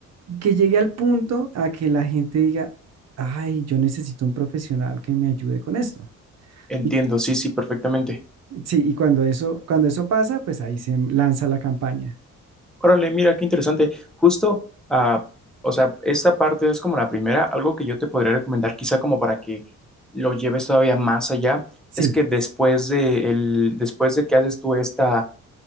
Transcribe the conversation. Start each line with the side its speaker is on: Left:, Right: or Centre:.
Right: que llegue al punto a que la gente diga, ay, yo necesito un profesional que me ayude con esto.
Centre: Entiendo,
Right: Y
Centre: sí, sí, perfectamente.
Right: sí, y cuando eso, cuando eso pasa, pues ahí se lanza la campaña.
Centre: Órale, mira, qué interesante. Justo, ah, o sea, esta parte es como la primera. Algo que yo te podría recomendar, quizá como para que lo lleves todavía más allá,
Right: Sí,
Centre: es que después de el, después de que haces tú esta,